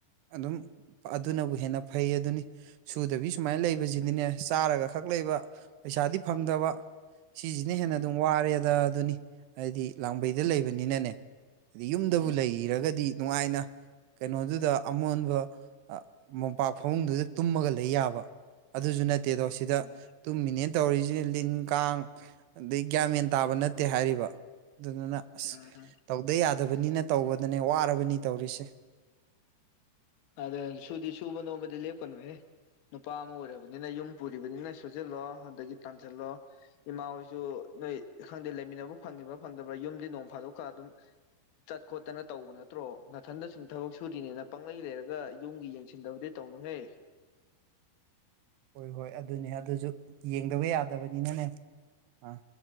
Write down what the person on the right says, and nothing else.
ꯑꯗꯨꯝ ꯑꯗꯨꯅꯕꯨ ꯍꯦꯟꯅ ꯐꯩ ꯑꯗꯨꯅꯤ ꯁꯨꯗꯕꯤ ꯁꯨꯃꯥꯏꯅ ꯂꯩꯕꯁꯤꯗꯤꯅꯦ ꯆꯥꯔꯒ ꯈꯛ ꯂꯩꯕ ꯄꯩꯁꯥꯗꯤ ꯐꯪꯗꯕ ꯁꯤꯁꯤꯅ ꯍꯦꯟꯅꯗꯨꯝ
ꯋꯥꯔꯦꯗ ꯑꯗꯨꯅꯤ ꯍꯥꯏꯗꯤ ꯂꯥꯡꯕꯩꯗ ꯂꯩꯕꯅꯤꯅꯅꯦ <unintelligible> ꯑꯗꯩ ꯌꯨꯝꯗꯕꯨ
ꯂꯩꯔꯒꯗꯤ ꯅꯨꯡꯉꯥꯏꯅ ꯀꯩꯅꯣꯗꯨꯗ ꯑꯃꯣꯟꯕ ꯃꯣꯝꯄꯥꯛ ꯐꯃꯨꯡꯗꯨꯗ ꯇꯨꯝꯃꯒ ꯂꯩ ꯌꯥꯕ ꯑꯗꯨꯁꯨ ꯅꯠ ꯅꯠꯇꯦꯗꯣ ꯁꯤꯗ
ꯇꯨꯝꯃꯤꯅꯦ ꯇꯧꯔꯤꯁꯤ ꯂꯤꯟ ꯀꯥꯡ ꯑꯗꯩ ꯒ꯭ꯌꯥꯃꯦꯟ ꯇꯥꯕ ꯅꯠꯇꯦ ꯍꯥꯏꯔꯤꯕ ꯑꯗꯨꯗꯨꯅ ꯑꯁ
ꯇꯧꯗ ꯌꯥꯗ ꯗꯕꯅꯤꯅ ꯇꯧꯕꯗꯅꯦ ꯋꯥꯔꯕꯅꯤ ꯇꯧꯔꯤꯁꯤ
ꯍꯣꯏ ꯍꯣꯏ ꯑꯗꯨꯅꯦ ꯑꯗꯨꯁꯨ ꯌꯦꯡꯗꯕ ꯌꯥꯗꯕꯅꯤꯅꯅꯦ ꯑꯥ